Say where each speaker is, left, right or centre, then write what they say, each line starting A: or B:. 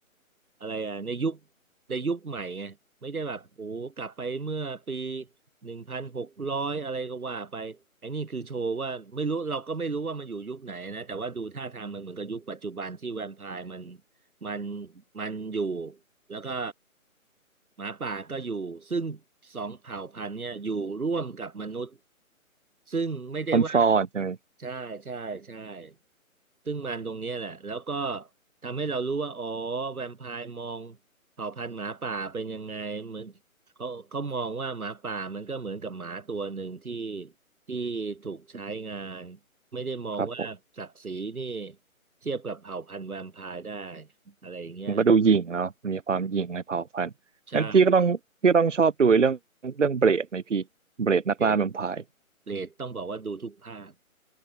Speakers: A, on the right (about 85°); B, on the right (about 60°).
A: อะไรอ่ะในยุคในยุคใหม่ไงไม่ได้แบบโอ้กลับไปเมื่อปีหนึ่งพันหกร้อยอะไรก็ว่าไปไอ้นี่คือโชว์ว่าไม่รู้เราก็ไม่รู้ว่ามันอยู่ยุคไหนนะแต่ว่าดูท่าทางมันเหมือนกับยุคปัจจุบันที่แวมไพร์มันมันมันอยู่ แล้วก็หมาป่าก็อยู่ซึ่งสองเผ่าพันธุ์เนี่ยอยู่ร่วมกับมนุษย์ซึ่งไม่ได้ว่า
B: ซ่อนๆใช่ไหม
A: ใช่ใช่ใช่ซึ่งมันตรงเนี้ยแหละแล้วก็ทำให้เรารู้ว่าอ๋อแวมไพร์มองเผ่าพันธุ์หมาป่าเป็นยังไงเหมือนเขาเขามองว่าหมาป่ามันก็เหมือนกับหมาตัวหนึ่งที่ที่ถูกใช้งานไม่ได้มองว่าศักดิ์ศรีนี่
B: ครับผม
A: เทียบกับเผ่าพันธุ์แวมไพร์ได้อะไรอย่างเงี้ย
B: มันก็ดูหยิ่งเนาะมีความหยิ่งในเผ่าพันธุ์งั้นพี่ก็ต้องพี่ต้องชอบดูเรื่องเรื่องเบลดไหมพี่เบลดนักล่าแวมไพร์
A: ใช่ โอเคดเรดต้องบอกว่าดูทุกภาค